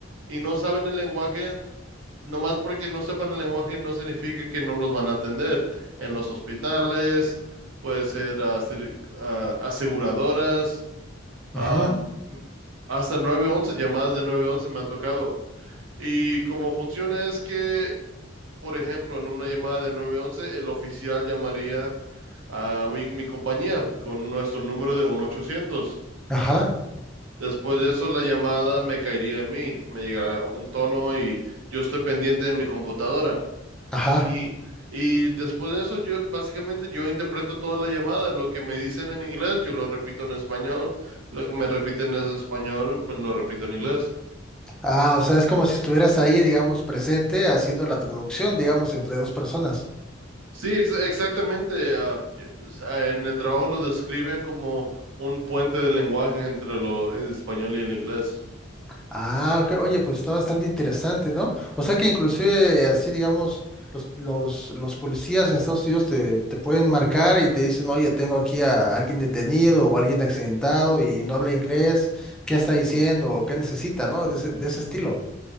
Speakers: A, on the right; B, in the centre.
A: y no saben el lenguaje, nomás porque no sepan el lenguaje no significa que no los van a atender en los hospitales, puede ser ah, ser- ah, aseguradoras
B: Ajá,
A: am, hasta nueve once llamadas de nueve once me han tocado. Y cómo funciona es que, por ejemplo, en una llamada de nueve once el oficial llamaría a mi, mi compañía con nuestro número de uno ochocientos
B: ajá,
A: Después de eso, la llamada me caería a mí, me llegará un tono y yo estoy pendiente en mi computadora.
B: ajá.
A: Y, y después de eso, yo básicamente yo interpreto toda la llamada. Lo que me dicen en inglés, yo lo repito en español. Lo que me repiten en español, me lo repito en inglés.
B: Ah, o sea, es como si estuvieras ahí, digamos, presente haciendo la traducción, digamos, entre dos personas.
A: Sí, ex- exactamente. ah, yo- o sea, en el trabajo lo describen como un puente de lenguaje entre lo, el español y el inglés.
B: Ah, ok. Oye, pues está bastante interesante, ¿no? O sea que inclusive así, digamos, los, los, los policías en Estados Unidos te, te pueden marcar y te dicen, oye, tengo aquí a alguien detenido o alguien accidentado y no habla inglés, ¿qué está diciendo o qué necesita, ¿no? De ese, de ese estilo.